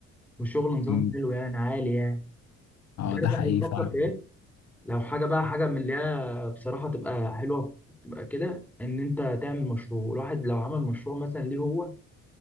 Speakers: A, in the centre; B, on the left (about 65°).
A: وشغل نظام
B: م،
A: حلو يعني عالي يعني
B: اه
A: انت عارف
B: ده حقيقي
A: انا بفكر
B: فعلا
A: في ايه لو حاجه بقى حاجه من اللي هي بصراحه تبقى حلوه تبقى كده ان انت تعمل مشروع الواحد لو عمل مشروع مثلا ليه هو